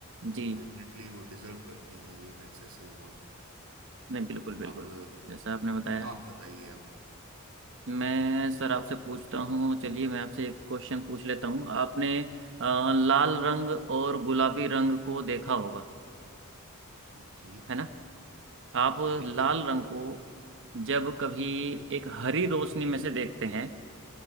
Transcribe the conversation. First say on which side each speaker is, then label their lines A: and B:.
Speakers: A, on the right (about 80°); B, on the right (about 60°).
A: तो
B: जी
A: डेफिनेटली वो डिजर्व करती हैं ये मैग्सेसे से अवार्ड
B: नहीं बिल्कुल बिल्कुल
A: अब
B: जैसा आपने बताया
A: आप बताइए अब
B: मैं सर आपसे पूछता हूँ चलिए मैं आपसे एक क्वेश्चन पूछ लेता हूँ आपने अ, लाल रंग और गुलाबी रंग को देखा होगा
A: जी
B: है ना आप
A: बिल्कुल
B: लाल रंग को जब कभी एक हरी रोशनी में से देखते हैं